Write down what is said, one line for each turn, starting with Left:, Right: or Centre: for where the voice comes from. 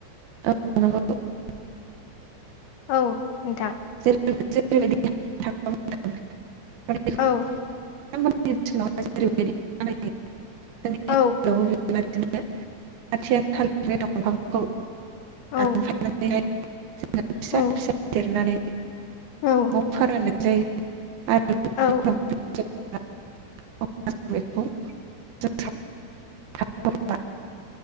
Right: <inaudible>
Left: औ। नोंथां।
Right: <inaudible> <inaudible>
Left: औ
Right: <inaudible> दानफायनानै हाय
Left: औ
Right: <inaudible> जोङो फिसा
Left: औ
Right: फिसा जेरनानै
Left: औ औ
Right: बाव फोरानो जायो आरो <unintelligible>
Left: औ
Right: <unintelligible> हाथ'फ्ला